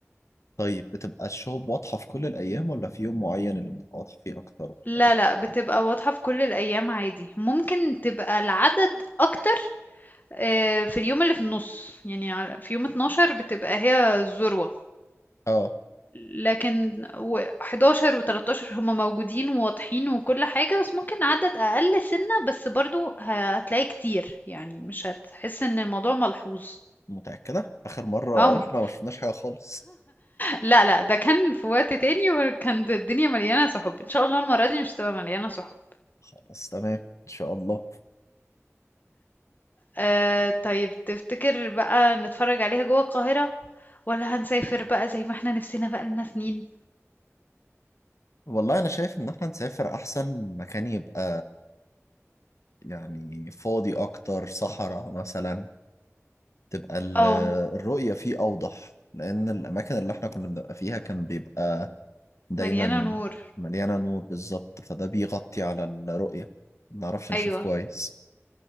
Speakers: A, on the left (about 70°); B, on the left (about 35°).
A: طيب بتبقى الشهب واضحه في كل الايام ولا في يوم معين اللي بتبقى واضحه فيه اكتر ولا
B: لا،
A: ايه
B: لأ، بتبقى واضحة في كل الأيام عادي، ممكن تبقى العدد أكتر آآ في اليوم اللي في النُص، يعني على في يوم 12 بتبقى هي الذروة،
A: اه
B: لكن و11 و13 هُم موجودين وواضحين وكل حاجة، بس ممكن عدد أقل سِنّة، بس برضه هتلاقيه كتير، يعني مش هتحس إن الموضوع ملحوظ.
A: متاكده اخر مره
B: آه، م
A: رحنا ما شفناش حاجه خالص
B: لأ، لأ، ده كان في وقت تاني وكانت الدنيا مليانة سُحُب، إن شاء الله المرّة دي مش هتبقى مليانة سُحُب.
A: خلاص تمام ان شاء الله
B: آه طيب تفتكر بقى نتفرج عليها جوه القاهرة ولا هنسافر بقى زي ما احنا نفسنا بقى لنا سنين
A: والله انا شايف ان احنا نسافر احسن مكان يبقى يعني فاضي اكتر صحراء مثلا تبقى ال-
B: اه
A: الرؤية فيه اوضح لان الاماكن اللي احنا كنا بنبقى فيها كان بيبقى دايما
B: مليانة نور
A: مليانة نور بالظبط فده بيغطي على الرؤية ما نعرفش نشوف
B: ايوه
A: كويس